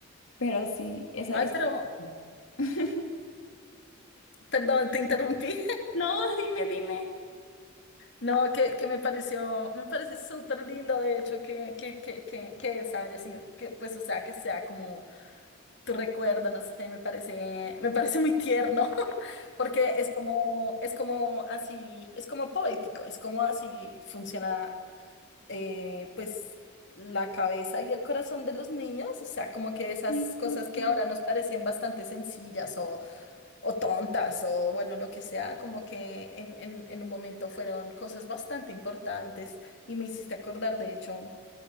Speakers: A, on the left; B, on the left.
A: Pero sí, esa
B: Ay,
A: es...
B: pero,
A: <laughs>
B: perdón, te interrumpí.
A: No, dime, dime.
B: No, que, que me pareció, me parece súper lindo, de hecho, que, que, que, que, que esa haya sido, que pues, o sea, que sea como tu recuerdo, no sé, me parece, me parece muy tierno, <laughs> porque es como, es como así, es como poético, es como así funciona, eh, pues, la cabeza y el corazón de los niños, o sea, como que esas
A: Sí,
B: cosas
A: justo.
B: que ahora nos parecen bastante sencillas o tontas o bueno, lo que sea, como que en, en, en un momento fueron cosas bastante importantes y me hiciste acordar, de hecho,